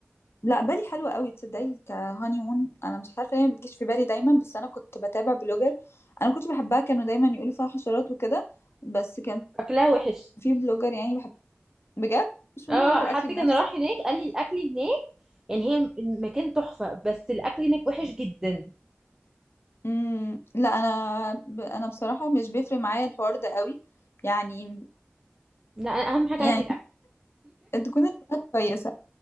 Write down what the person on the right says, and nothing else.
أكلها وحش
اه
حد
كان
راح هناك قال لي الأكل هناك يعني هي المكان تحفة بس الأكل هناك وحش جدا
لا أنا أهم حاجة
عندي الأكل